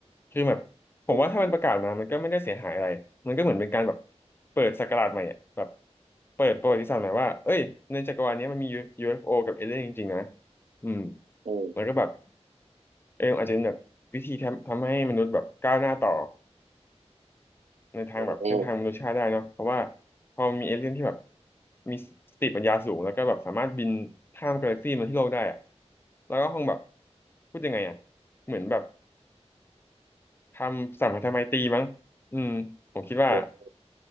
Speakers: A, on the left (about 20°); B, on the right (about 75°).
A: คือแบบผมว่าถ้ามันประกาศมามันก็ไม่ได้เสียหายอะไรมันก็เหมือนเป็นการแบบ
B: อืม
A: เปิดศักราชใหม่อ่ะแบบเปิดประวัติศาสตร์ใหม่ว่าเอ้ยในจักรวาลนี้มันมี UFO กับเอเลี่ยนจริงๆนะอืม
B: อื
A: แล้วก็แบบเอออาจจะเป็นแบบวิธีทำทำให้มนุษย์แบบก้าวหน้าต่อ ในทางแบบเส้นทางมนุษยชาติได้เนาะเพราะว่า
B: ม
A: พอมีเอเลี่ยนที่แบบมีสติปัญญาสูงแล้วก็แบบสามารถบินข้ามกาแล็กซี่มาที่โลกได้อะแล้วก็คงแบบพูดยังไงอะเหมือนแบบทำสัมพันธไมตรีมั้งอืมผมคิดว่า
B: อืม